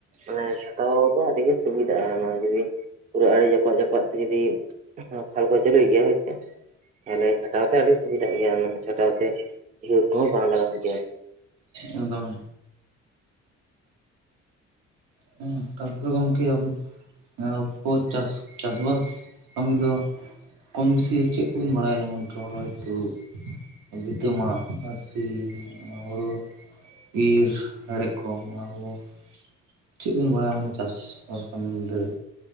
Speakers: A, on the right; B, on the right.
A: ᱢᱟᱱᱮ ᱪᱷᱟᱠᱟᱣ ᱫᱚ ᱟᱹᱰᱤ ᱜᱮ ᱥᱩᱵᱤᱫᱟᱜᱼᱟ ᱚᱱᱟ ᱡᱩᱫᱤ ᱯᱩᱨᱟᱹ ᱟᱲᱮ ᱡᱟᱯᱟᱜᱫ ᱡᱟᱯᱟᱜ ᱛᱮ ᱡᱩᱫᱤ ᱯᱷᱟᱞᱠᱚ ᱪᱟᱹᱞᱩᱭ ᱜᱮᱭᱟ ᱦᱳᱭ ᱥᱮ᱾ ᱛᱟᱦᱚᱞᱮ ᱪᱷᱟᱴᱟᱣ ᱛᱮ ᱟᱹᱰᱤ ᱥᱩᱵᱤᱫᱟᱜ ᱜᱮᱭᱟ, ᱟᱱᱟ ᱫᱚ ᱪᱷᱟᱴᱟᱣ ᱛᱮ ᱡᱳᱨ ᱠᱚᱦᱚᱸ ᱵᱟᱝ ᱞᱟᱜᱟᱜ ᱜᱮᱭᱟ᱾
B: ᱮᱠᱫᱚᱢ᱾ ᱦᱩᱸ ᱛᱟᱨᱯᱚᱨᱮ ᱜᱚᱢᱠᱮ ᱟᱢ ᱟᱵᱚ ᱪᱟᱥ ᱪᱟᱥᱵᱟᱥ ᱠᱟᱹᱢᱤ ᱫᱚ ᱠᱚᱢ ᱵᱮᱥᱤ ᱪᱮᱫ ᱠᱚᱵᱤᱱ ᱵᱟᱲᱟᱭᱟ ᱡᱮᱢᱚᱱ ᱨᱚᱦᱚᱭ ᱛᱩᱫ ᱵᱦᱤᱛᱟᱹ ᱢᱟᱜ ᱟᱨ ᱥᱤ ᱟᱨ ᱦᱳᱲᱳ ᱤᱨ ᱦᱮᱸᱲᱮᱫ ᱠᱚ ᱚᱱᱟ ᱠᱚᱫᱚ ᱪᱮᱫ ᱵᱤᱱ ᱵᱟᱲᱟᱭᱟ ᱢᱟᱱᱮ ᱪᱟᱥ-ᱵᱟᱥ ᱠᱟᱹᱢᱤ ᱢᱩᱫᱽ ᱨᱮ?